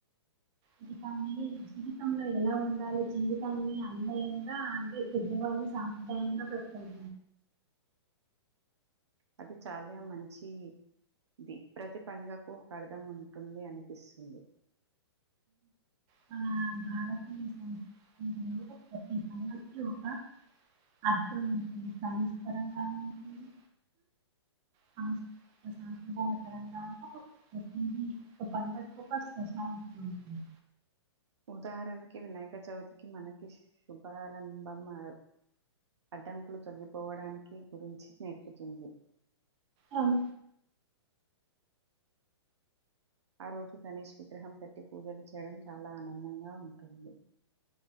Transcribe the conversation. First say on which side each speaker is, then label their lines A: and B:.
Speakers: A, on the right (about 30°); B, on the right (about 75°).
A: జీతన్ని జీవితంలో ఎలా ఉండాలి జీవితాన్ని అన్వయంగా అంటే పెద్దవాళ్ళు సాంప్రదాయంగా బతికారు
B: అది చాలా మంచిది ప్రతి పండగకు ఒక అర్థం ఉంటుంది అనిపిస్తుంది
A: మన భారతీయ సంస్కృతిలో ప్రతి పండగకి ఒక అర్థం ఉంటుంది. సైన్స్ పరంగాను ఉంటుంది. సాప్రదాయ పరంగాను ప్రతిదీ ఒక పండగ ఒక స్పెషాలిటీ ఉంటుంది
B: ఉదాహరణకి వినాయక చవితికి మనకి శుభారంభం అ అడ్డంకులు తొలగిపోవడానికి గురించి నేర్పుతుంది.
A: అవు
B: ఆ రోజు గణేష్ విగ్రహం పెట్టి పూజలు చేయడం చాలా ఆనందంగా ఉంటుంది